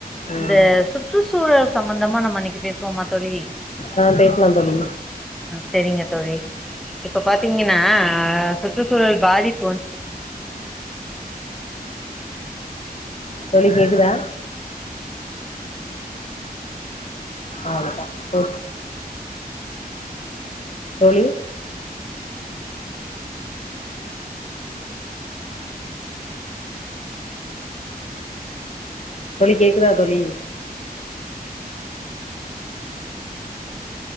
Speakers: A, on the left; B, in the centre.
A: ம்
B: இந்த சுற்றுச்சூழல் சம்மந்தமா நம்ப இன்னைக்கு பேச்வோமா தோழி
A: அ பேச்லா தோழி
B: சேரிங்க தோழி இப்ப பாத்திங்கன்னா சுற்றுச்சூழல் பாதிப்பு வந்து
A: தோழி கேக்குதா அவ்ளோதா போ தோழி தோழி கேக்குதா தோழி